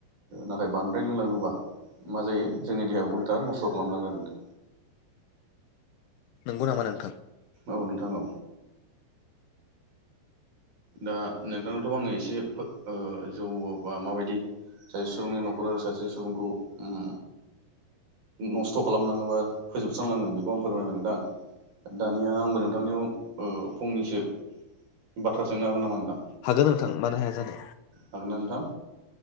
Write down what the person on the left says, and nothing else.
नगौ नामा नोंथां?
हागोन नोंथां मानो हाया जानो